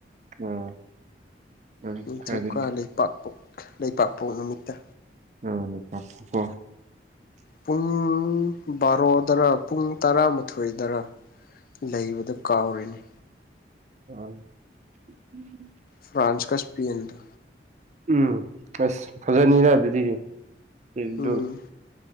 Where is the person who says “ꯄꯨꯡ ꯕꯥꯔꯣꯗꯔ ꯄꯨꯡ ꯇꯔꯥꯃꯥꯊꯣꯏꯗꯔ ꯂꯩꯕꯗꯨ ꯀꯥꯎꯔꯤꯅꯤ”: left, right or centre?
Left